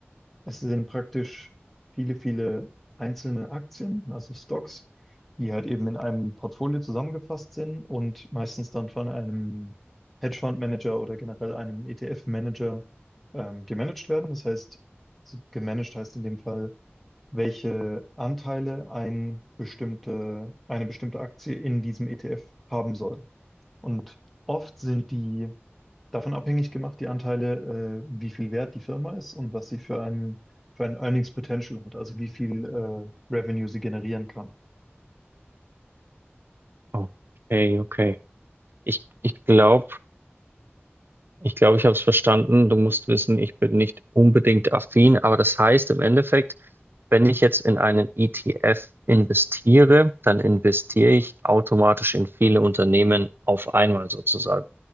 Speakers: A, in the centre; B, on the right.
A: Es sind praktisch viele, viele einzelne Aktien, also Stocks, die halt eben in einem Portfolio zusammengefasst sind und meistens dann von einem Hedgefondsmanager oder generell einem ETF-Manager ähm, gemanagt werden. Das heißt, so gemanagt heißt in dem Fall, welche Anteile ein bestimmte, eine bestimmte Aktie in diesem ETF haben soll. Und oft sind die davon abhängig gemacht, die Anteile, äh, wie viel wert die Firma ist und was sie für ein, für ein Earnings Potential hat, also wie viel äh, Revenue sie generieren kann.
B: Okay, okay. Ich ich glaube, ich glaube, ich habe es verstanden. Du musst wissen, ich bin nicht unbedingt affin, aber das heißt im Endeffekt, wenn ich jetzt in einen ETF investiere, dann investiere ich automatisch in viele Unternehmen auf einmal sozusagen.